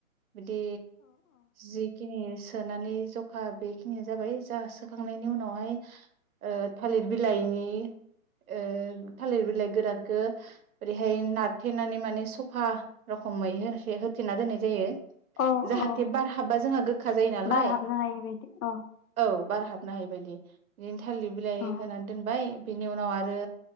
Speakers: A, on the right; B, on the left.
A: बिदि जिखिनि सोनानै ज'खा बेखिनिया जाबाय जा सोखांनायनि उनावहाय ओ थालिर बिलाइनि ओ थालिर बिलाइ गोरानखौ ओरैहाय नारथेनानै माने सब स'फा रखोमै होसे होथेना दोननाय जायो
B: औ
A: जाहाथे
B: औ
A: बार हाबबा जोंहा गोखा जायो नालाय
B: बार हाबनो हायै बायदि औ
A: औ बार हाबनो हायै बायदि ओम थालिर बिलाइ
B: औ
A: होनानै दोनबाय बिनि उनाव आरो